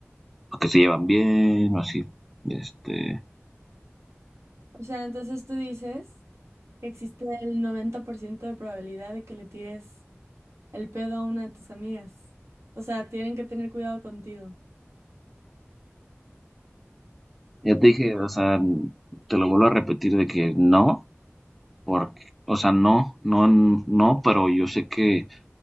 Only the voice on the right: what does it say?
O sea, entonces tú dices que existe el 90% de probabilidad de que le tires el pedo a una de tus amigas. O sea, tienen que tener cuidado contigo.